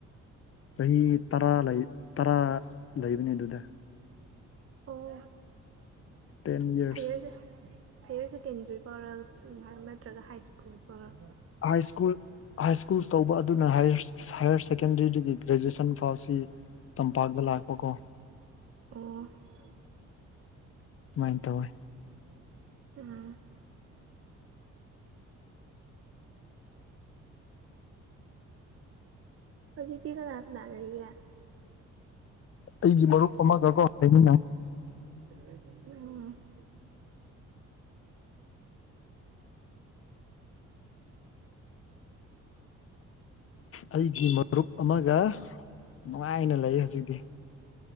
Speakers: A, on the left; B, on the right.
A: ꯆꯍꯤ ꯇꯔꯥ ꯂꯩ ꯇꯔꯥ ꯂꯩꯕꯅꯤ ꯑꯗꯨꯗ
B: ꯑꯣ
A: ꯇꯦꯟ ꯌꯔꯁ
B: ꯍꯥꯏꯦꯁ ꯍꯥꯌꯌꯔ ꯁꯦꯀꯦꯟꯗ꯭ꯔꯤ ꯐꯥꯎꯔꯛ ꯅꯠꯇ꯭ꯔꯒ ꯍꯥꯏ ꯁ꯭ꯀꯨꯜ ꯐꯧꯔꯛ
A: ꯍꯥꯏ ꯁ꯭ꯀꯨꯜ ꯍꯥꯏ ꯁ꯭ꯀꯨꯜꯁ ꯇꯧꯕ ꯑꯗꯨꯅ ꯍꯥꯌꯔ ꯁꯦꯀꯦꯟꯗꯔꯤꯗꯒꯤ ꯒ꯭ꯔꯦꯖꯨꯑꯦꯁꯟ ꯐꯥꯎꯕꯁꯤ ꯇꯝꯄꯥꯛꯇ ꯂꯥꯛꯄꯀꯣ
B: ꯑꯣ
A: ꯁꯨꯃꯥꯏꯅ ꯇꯧꯋꯦ
B: <unintelligible> ꯑꯗꯨꯗꯤ ꯀꯅꯥ ꯀꯅꯥ ꯂꯩꯔꯤꯒꯦ
A: ꯑꯩꯒꯤ ꯃꯔꯨꯞ ꯑꯃꯒꯀꯣ ꯍꯥꯏꯃꯤꯅ
B: ꯑ
A: ꯑꯩꯒꯤ ꯃꯔꯨꯞ ꯑꯃꯒ ꯅꯨꯡꯉꯥꯏꯅ ꯂꯩ ꯍꯧꯖꯤꯛꯇꯤ